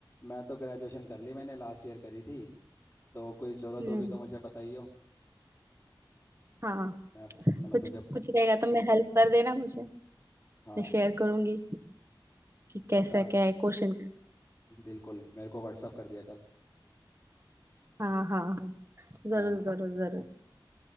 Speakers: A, on the left (about 30°); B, on the right (about 35°).
A: मैं तो ग्रेजुएशन कर ली मैंने लास्ट ईयर करी थी तो कोई ज़रूरत
B: हम्म
A: होगी तो मुझे बताइयो
B: हाँ
A: मैं मतलब
B: कुछ
A: तो जब
B: कुछ रहेगा तो मैं हेल्प कर देना मुझे मैं
A: हाँ
B: शेयर करूंगी कि कैसा
A: बता
B: क्या है क्वेश्चन का
A: बिल्कुल मेरे को व्हाट्सअप कर दिया कर
B: हाँ हाँ जरूर
A: हाँ
B: जरूर जरूर